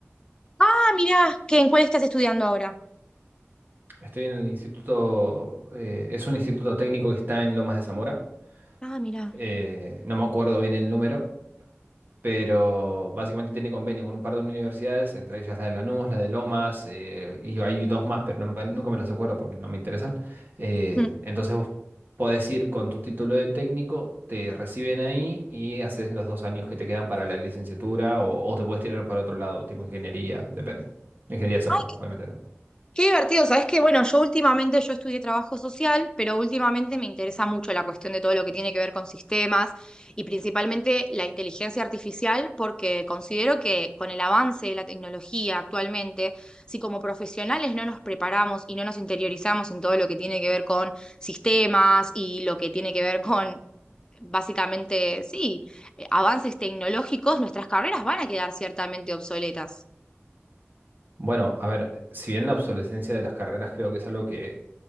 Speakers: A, on the left; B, on the right.
A: ah, mirá, ¿qué, en cuál estás estudiando ahora?
B: Estoy en el instituto, eh, es un instituto técnico que está en Lomas de Zamora.
A: Ah, mirá.
B: Eh, no me acuerdo bien el número, pero básicamente tiene convenio con un par de universidades, entre ellas la de Lanús, la de Lomas, eh, y hay dos más, pero no me- nunca me las acuerdo porque no me interesan. Eh,
A: Mm.
B: entonces vos podés ir con tu título de técnico, te reciben ahí y haces los dos años que te quedan para la licenciatura o, o te puedes tirar para otro lado, tipo ingeniería, depende. Ingeniería de software,
A: Ay,
B: obviamente, ¿no?
A: Qué divertido, sabes que bueno, yo últimamente yo estudié trabajo social, pero últimamente me interesa mucho la cuestión de todo lo que tiene que ver con sistemas y principalmente la inteligencia artificial, porque considero que con el avance de la tecnología actualmente, si como profesionales no nos preparamos y no nos interiorizamos en todo lo que tiene que ver con sistemas y lo que tiene que ver con básicamente, sí, eh, avances tecnológicos, nuestras carreras van a quedar ciertamente obsoletas.
B: Bueno, a ver, si bien la obsolescencia de las carreras creo que es algo que